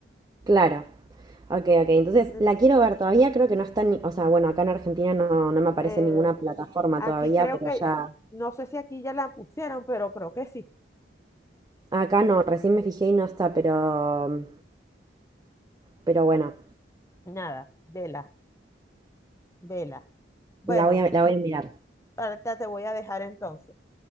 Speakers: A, on the right (about 20°); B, on the left (about 15°).
A: Claro. Ok, ok. Entonces,
B: Ent-
A: la quiero ver todavía. Creo que no está ni. O sea, bueno, acá en Argentina no, no me aparece
B: eh,
A: en ninguna plataforma
B: aquí
A: todavía,
B: creo
A: pero
B: que,
A: ya.
B: no sé si aquí ya la pusieron, pero creo que sí.
A: Acá no, recién me fijé y no está, pero. Pero bueno,
B: Nada, vela, vela. Bueno,
A: la voy a, la voy a mirar.
B: ahorita te voy a dejar entonces.